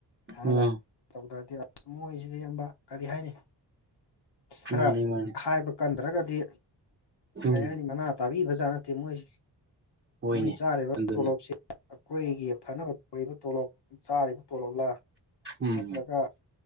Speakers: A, on the left (about 70°); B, on the right (about 30°).
A: <unintelligible>
B: ꯎꯝ
A: ꯇꯧꯗ꯭ꯔꯗꯤ ꯑꯁ ꯃꯣꯏꯁꯤꯗꯤ ꯢꯌꯥꯝꯕ ꯀꯔꯤ ꯍꯥꯏꯔꯤ ꯈꯔ
B: ꯃꯥꯅꯤ ꯃꯥꯅꯤ
A: ꯍꯥꯏꯕ ꯀꯟꯗ꯭ꯔꯒꯗꯤ ꯀꯔꯤ
B: ꯎꯝ
A: ꯍꯥꯏꯅꯤ ꯃꯅꯥ ꯇꯥꯕꯤꯕꯖꯥꯠ ꯅꯠꯇꯦ ꯃꯣꯏꯁꯤ
B: ꯍꯣꯏꯅꯦ
A: ꯃꯣꯏ ꯆꯥꯔꯤꯕ
B: ꯑꯗꯨꯅꯤ
A: ꯇꯣꯂꯣꯞꯁꯤ ꯑꯩꯈꯣꯏꯒꯤ ꯐꯅꯕ ꯇꯧꯔꯤꯕ ꯇꯣꯂꯣꯞ ꯆꯥꯔꯤꯕ ꯇꯣꯂꯣꯞꯂꯥ
B: ꯎꯝ
A: ꯅꯠꯇ꯭ꯔꯒ